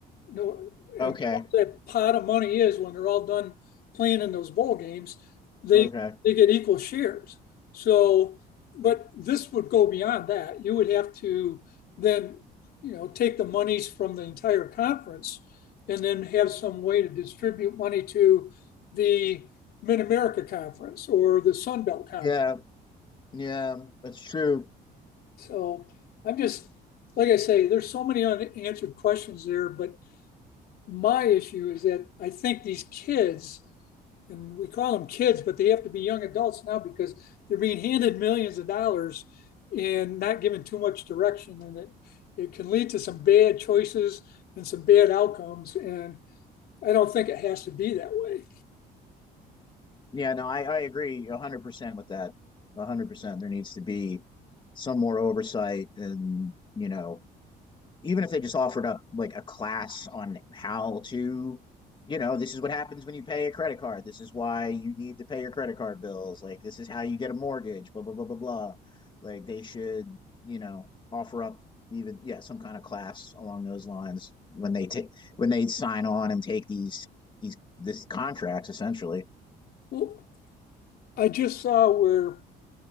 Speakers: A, on the left (about 65°); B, on the left (about 30°).
A: Know and
B: Okay.
A: what that pot of money is when they're all done playing in those bowl games, they
B: Okay.
A: they get equal shares. So, but this would go beyond that. You would have to then, you know, take the monies from the entire conference and then have some way to distribute money to the Mid America Conference or the Sun Belt Conference.
B: Yeah. Yeah. That's true.
A: So I'm just like I say, there's so many unanswered questions there, but my issue is that I think these kids, and we call them kids, but they have to be young adults now because they're being handed millions of dollars and not given too much direction, and it it can lead to some bad choices and some bad outcomes. And I don't think it has to be that way.
B: Yeah. No, I I agree 100 percent with that. 100 percent. There needs to be some more oversight and you know even if they just offered up like a class on how to, you know, this is what happens when you pay a credit card. This is why you need to pay your credit card bills. Like this is how you get a mortgage. Blah blah blah blah blah. Like they should, you know, offer up even yeah some kind of class along those lines when they take when they sign on and take these these these contracts essentially.
A: Well, I just saw where